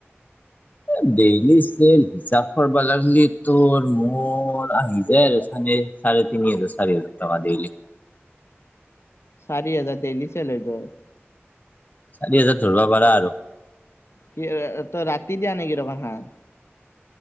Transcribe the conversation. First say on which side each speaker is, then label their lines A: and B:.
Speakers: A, on the left; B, on the left.
A: এ ডেইলি চেল হিচাপ কৰিব লাগলি তোৰ মোৰ আহি যায় আৰু চাগে চাৰে তিনি হাজাৰ, চাৰি হাজাৰ টকা ডেইলি
B: চাৰি হাজাৰ ডেইলি চেল হয় তো
A: চাৰি হাজাৰ ধৰিব পাৰা আৰু
B: কি তই ৰাতি দিয়া নেকি দোকান খন